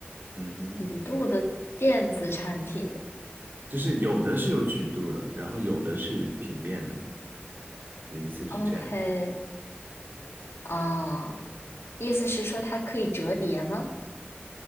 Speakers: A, on the right; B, on the left.
A: 嗯哼，
B: 曲度的电子产品。
A: 就是有的是有曲度的，然后有的是平面的。我的意思是这样，
B: OK，啊、意思是说它可以折叠吗？